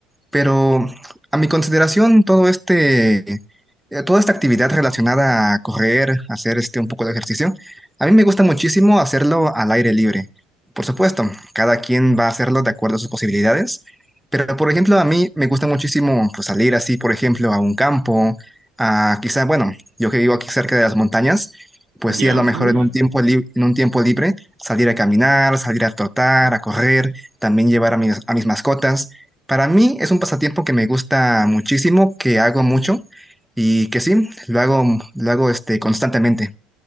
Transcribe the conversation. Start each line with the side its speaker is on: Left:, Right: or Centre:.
Centre: Pero a mi consideración, todo este, eh, toda esta actividad relacionada a correr, hacer este un poco de ejercicio, a mí me gusta muchísimo hacerlo al aire libre. Por supuesto, cada quien va a hacerlo de acuerdo a sus posibilidades, pero por ejemplo, a mí me gusta muchísimo pues, salir así, por ejemplo, a un campo, a quizá, bueno, yo que vivo aquí cerca de las montañas, pues
Right: Ya,
Centre: sí, a lo mejor
Right: ah, mira,
Centre: en un tiempo lib- en un tiempo libre, salir a caminar, salir a trotar, a correr, también llevar a mis, a mis mascotas. Para mí es un pasatiempo que me gusta muchísimo, que hago mucho y que sí, lo hago, lo hago este, constantemente.